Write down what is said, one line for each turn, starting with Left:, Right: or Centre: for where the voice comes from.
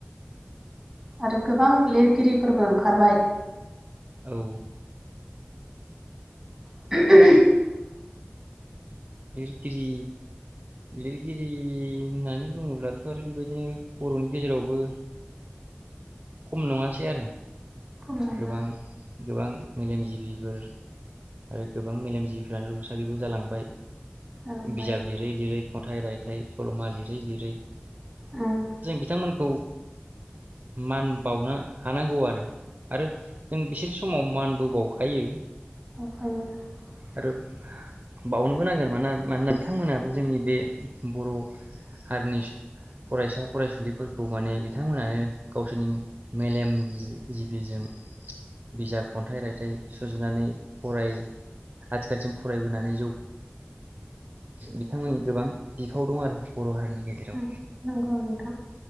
Centre: आरो गोबां लिरगिरि फोरबो ओंखारबाय।
Right: औ।
Centre: <inaudible>
Right: लिरगिरि लिरगिरि होननानै बुङोब्लाथ आरो बेबायदिनो बर'नि गेजेरावबो खम नङासै आरो।
Centre: थुनलाइबो
Right: गोबां गोबां। मेलेम जिबिफोर आरो गोबां मेलेम जिबिफ्रानो रुंसारिबो जालांबाय।
Centre: जालांबाय
Right: बिजाब लिरै लिरै। खन्थाइ रायथाइ सलमा लिरै लिरै।
Centre: उम
Right: जों बिथांमोनखौ। मान बाउनो हानांगौआरो आरो जों बिसोरनि समाव मानबो बाउखायो।
Centre: <unintelligible>
Right: आरो बावनोबो नांगोन मानना मानोना बिथांमोनाबो जोंनि बे बर हारिनि फरायसा फरायसुलिफोरखौ माने बिथांमोनानो गावसोरनि मेलेम जि-जिबिजों बिजाब खन्थाइ रायथाइ सुजुनानै। फराय आथिखालसिम फरायबोनानै जौ बिथांमोननि गोबां बिफाव दंआरो बर हारिनि। गेजेराव
Centre: उम नगौ नोंथां।